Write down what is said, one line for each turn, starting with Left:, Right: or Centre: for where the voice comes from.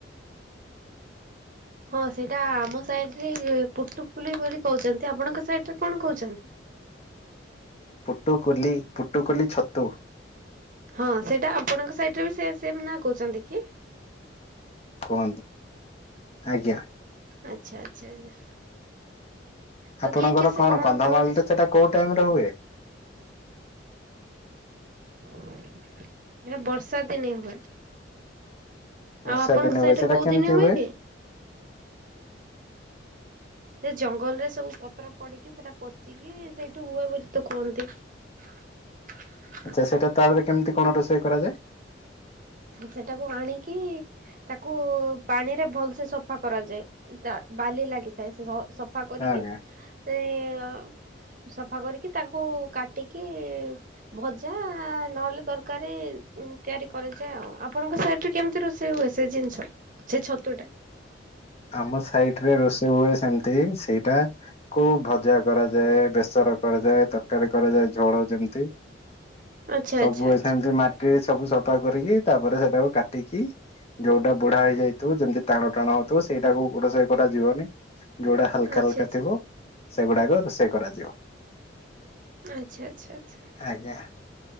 Right: ହଁ ସେଇଟା ଆମ ସାଇଟିରେ ପୁଟୁକୁଲି ବୋଲି କହୁଛନ୍ତି। ଆପଣଙ୍କ ସାଇଟିରେ କଣ କହୁଛନ୍ତି?
Left: ପୁଟୁକୁଲି ପୁଟୁକୁଲି ଛତୁ।
Right: ହଁ ସେଇଟା ଆପଣଙ୍କ ସାଇଟିରେ ବି ସେ ସେମ ନାଁ କହୁଛନ୍ତିକି?
Left: କୁହନ୍ତୁ ଆଜ୍ଞା।
Right: ଆଚ୍ଛା ଆଚ୍ଛା ଆଚ୍ଛା। ଆଉ
Left: ଆପଣଙ୍କର
Right: କିଏ କିଏ ସେ
Left: କଣ କନ୍ଧମାଳରେ
Right: କୁହନ୍ତି
Left: ସେଟା କୋଉ ଟାଇମିରେ ହୁଏ?
Right: ଏରା ବର୍ଷା ଦିନେ ହୁଏ।
Left: ବର୍ଷା
Right: ଆଉ ଆପଣଙ୍କ
Left: ଦିନେ
Right: ସାଇଟିରେ
Left: ହୁଏ ସେଟା
Right: କୋଉ
Left: କେମିତି
Right: ଦିନି ହୁଏକି?
Left: ହୁଏ
Right: ସେ ଜଙ୍ଗଲରେ ସବୁ ପତ୍ର ପଡିକି ସେଇଟା ପଚିକି ସେଇଠୁ ହୁଏ ବୋଲିତ କୁହନ୍ତି। <inaudible>
Left: ଆଚ୍ଛା ସେଇଟା ତାପରେ କେମିତି କଣ ରୋଷେଇ କରାଯାଏ?
Right: ସେଟାକୁ ଆଣିକି ତାକୁ ପାଣିରେ ଭଲସେ ସଫା କରାଯାଏ। ତା ବାଲି ଲାଗିଥାଏ ସେ ସୋ ସଫା କରିକି
Left: ଆଜ୍ଞା
Right: ସେଇ ଆ ସଫା କରିକି ତାକୁ କାଟିକି ଭଜା ନହେଲେ ତରକାରୀ ତିଆରି କରାଯ ଯାଏ ଆଉ ଆପଣଙ୍କ ସାଇଟ୍ କେମିତି ରୋଷେଇ ହୁଏ ସେ ଜିନିଷ? ସେଇ ଛତୁଟା।
Left: ଆମ ସାଇଟରେ ରୋଷେଇ ହୁଏ ସେମିତି ସେଇଟା। କୁ ଭଜା କରାଯାଏ ବେସର କରାଯାଏ ତରକାରୀ କରାଯାଏ ଝୋଳ ଯେମିତି।
Right: ଆଚ୍ଛା
Left: ସବୁ
Right: ଆଚ୍ଛା
Left: ଏସଙ୍ଗେ
Right: ଆଚ୍ଛା
Left: ମାର ସବୁ ସଫା କରିକି ତାପରେ ସେଟାକୁ କାଟିକି ଯୋଉଟା ବୁଢା ହେଇଯାଇ ଯେମିତି ତାର ଟାଣା ହଉଥିବ ସେଇଟାକୁ ଗୋଟେ ସାଇଟ୍ କରାଯିବନି। ଯୋଉଟା ହାଲକା
Right: ଆଚ୍ଛା ଆଚ୍ଛା
Left: ହାକା ଥିବ ସେଗୁଡାକ ରୋଷେଇ କରାଯିବ
Right: ଆଚ୍ଛା ଆଚ୍ଛା ଆଚ୍ଛା।
Left: ଆଜ୍ଞା।